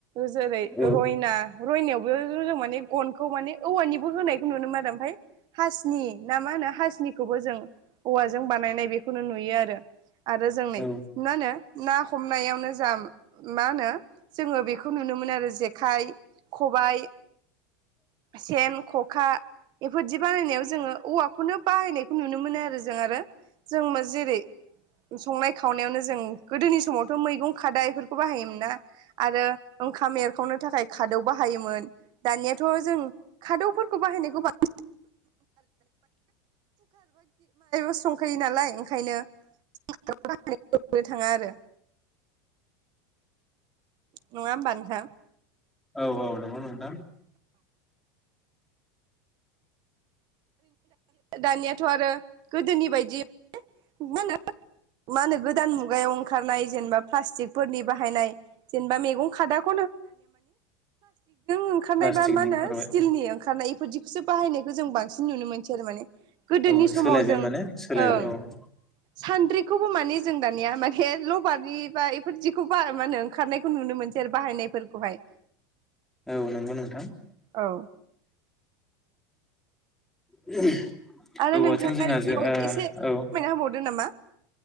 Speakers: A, on the right; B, in the centre.
A: जेरै
B: औ
A: रयना रयनायावबो माने गनखौ माने औवानिबो होनायखौ नुयो आरो ओमफ्राय हासनि ना मा होनो हासनिखौबो जों औवाजों बानायनाय बेखौनो नुयो आरो आरो जोंनै
B: औ
A: मा होनो ना हमनायावनो जा मा होनो जोङो बेखौ नुनो मोनो आरो जेखाइ खबाइ सेन खखा बेफोरदि बानायनायाव जोङो औवाखौनो बाहायनायखौ नुनो मोनो आरो जों आरो जों मा जेरै संनाय खावनायावनो जों गोदोनि समावथ' मैगं खादा बेफोरखौ बाहायोमोन ना आरो ओंखाम एरखावनो थाखाय खादौ बाहायोमोन। दानियाथ' जों खादौफोरखौ बाहायनाय गोबां <inaudible> <unintelligible> संखायो नालाय ओंखायनो <inaudible> नों थाङा आरो नङा ओबा नोंथां।
B: औ औ नोंगौ मोनदों।
A: दानियाथ' आरो गोदोनि बायदि <unintelligible> मा होनो गोदान मुगायाव ओंखारनाय जेनेबा प्लास्टिकफोरनि बाहायनाय जेनेबा मैगं खादा <unintelligible> <unintelligible> ओंखारनाय
B: प्लास्टिकनि
A: बा मा होनो
B: ओंखारबाय
A: स्टिलनि ओंखारनाय इफोरदिखौसो बाहायनायखौ जों बांसिन नुनो मोनसै आरो माने। गोदोनि
B: औ
A: समाव
B: सोलायबाय
A: जों
B: माने सोलायबाय
A: ओं।
B: औ
A: सान्द्रिखौबो मानि जों दानिया माने लबारनि बा बेफोरदिखौबो बा मा होनो ओंखारनाय नुनो मोनसै आरो बाहायनायफोरखौहाय।
B: औ नंगौ नोंथां।
A: औ
B: <inaudible>
A: आरो
B: औवाथों
A: नोंथाङा
B: जोंहा
A: बेनि
B: ज आ
A: एसे फोरमायना
B: औ।
A: होबावदो नामा